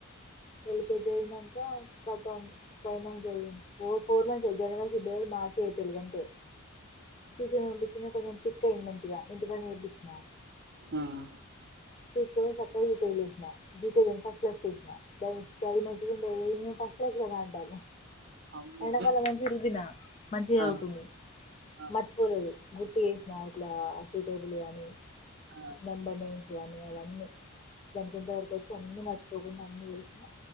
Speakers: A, on the left (about 25°); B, on the right (about 45°).
A: ఎల్కేజీ అయినంక కతం ఫైవ్ మంత్స్ చదివింది ఫోర్ ఫోర్ మంత్స్ చదివి జనవరి ఫిబ్రవరి మా మార్చ్ ఏప్రిల్ గంతే ట్యూషన్ కి పంపించిన కొంచం పిక్ అయింది మంచిగా ఇంటికాడ నేర్పించిన
B: ఉమ్
A: తీసుకొపోయి సక్కగా యూకేజీ లో ఏసిన జిదేవిని ఫస్ట్ క్లాస్‌కి ఏసిన బై ఇన్స్టాల్ నుంచి కూడా ఏం ఫస్ట్ క్లాస్ లో బాంటాది
B: అమ్మో
A: ఎండాకాలం మంచిగా రుద్దినా మంచిగా
B: ఆ
A: చదువుకుంది
B: ఆ
A: మర్చిపోలేదు గుర్తు చేసినా ఇట్లా టూ టేబుల్ కాని
B: ఆ
A: నెంబర్ నేమ్ అని అలన్నీ దానికి ఎంత వరకు వచ్చో అన్ని మర్చిపోకుండా అన్ని చేసినా